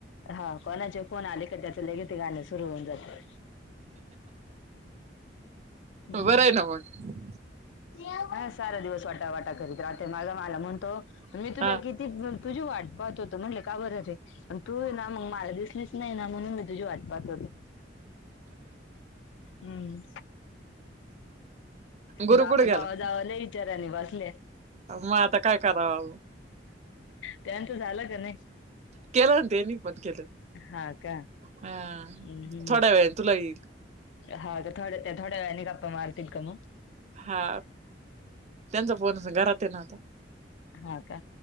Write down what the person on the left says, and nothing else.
हा कोणाचे फोन आले का त्याच लगेच ते गाणं सुरु होऊन जाते. हम्म
हा. सारा दिवस वटावटा करीत राहते माग मला म्हणतो मी तुला
किती प्रत्येक जण तुझी वाट पाहत होत म्हटलं का. बर रे. तू आहे ना मग मला दिसलीच नाही ना, म्हणून मी तुझी वाट पाहत होत. हम्म
जावा
जावा लय विचारांनी बसल्या.
त्यांच झालं का नाही?
हा का
हम्म
हा. का थोडे ते थोड्या वेळाने गप्पा मारतील की नाही.
हा का